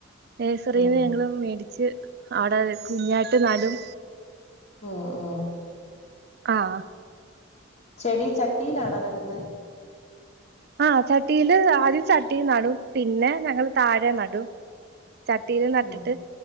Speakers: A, on the right; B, on the left.
A: നഴ്സറിന്ന്
B: ഉം
A: ഞങ്ങള് മേടിച്ച് അവിടെ കുഞ്ഞായിട്ട് നടും.
B: ആഹ് ആഹ്
A: ആഹ്
B: ചെടി ചട്ടിയിലാണോ നടുന്നെ
A: ആഹ് ചട്ടിയില് ആദ്യം ചട്ടി നടും പിന്നെ ഞങ്ങള് താഴെ നടും. ചട്ടിയില് നട്ടിട്ട്,
B: ഉം